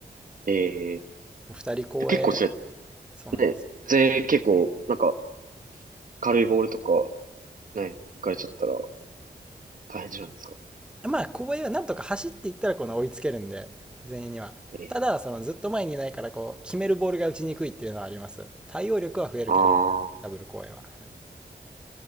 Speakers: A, on the right; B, in the centre.
A: ー、え
B: 2人後衛、
A: ー、結構それ
B: そうなんです
A: ね、全員結構、なんか、軽いボールとか、ね、行かれちゃったら大変じゃないですか。
B: よ。まあ後衛はなんとか走っていったらこの追いつけるんで、全員には。
A: ええ。
B: ただ、そのずっと前にいないからこう、決めるボールが打ちにくいっていうのはあります。対応力は増えるけど、
A: ああ。
B: ダブル後衛は。はい